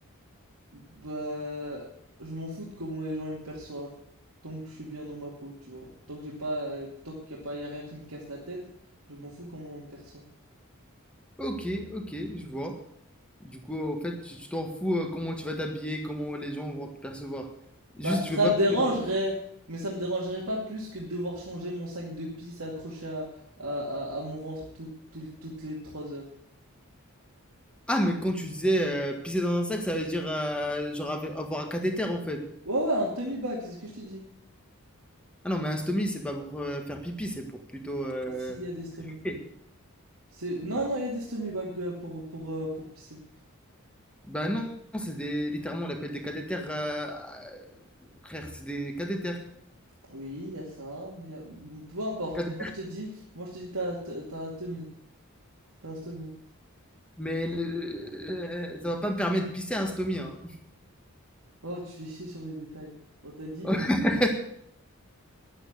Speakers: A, on the right; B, in the centre.
A: bah, je m'en fous de comment les gens ils me perçoivent. Tant que je suis bien dans ma peau, tu vois. Tant que j'ai pas, tant qu'il y a pas, y a rien qui me casse la tête, je m'en fous comment on me perçoit.
B: Ok, ok, je vois. Du coup, en fait, tu tu t'en fous euh, comment tu vas t'habiller, comment les gens vont te percevoir. Juste,
A: Bah,
B: tu
A: ça
B: veux pas.
A: me dérangerait,
B: pisser dans-
A: mais ça me dérangerait pas plus que de devoir changer mon sac de pisse accroché à, à, à- à mon ventre tout- tout- toutes les 3 heures.
B: Ah, mais quand tu disais euh, pisser dans un sac, ça veut dire euh, genre avoir avoir un cathéter en fait.
A: Ouais, ouais, un tummy bag, c'est ce que je t'ai dit.
B: Ah non, mais un stomie, c'est pas pour euh, faire pipi, c'est pour plutôt. euh,
A: S'il y a des stommy.
B: Ok.
A: C'est... Non,
B: Bah,
A: non, il y a des stommy bags euh, pour, pour, euh, pour pisser.
B: bah non, c'est des. Littéralement, on l'appelle des cathéters. euh, euh, Frère, c'est des cathéters.
A: Oui, il y a ça, mais il y a- Peu importe,
B: Cath-
A: moi je te dis, moi je te dis, t'as, t'as t'as un tummy. T'as un stommy.
B: Mais le- euh, ça va pas me permettre de pisser un stomie. Hein.
A: Oh, tu fais chier sur les détails. On t'a dit...
B: <laughs>
A: tu-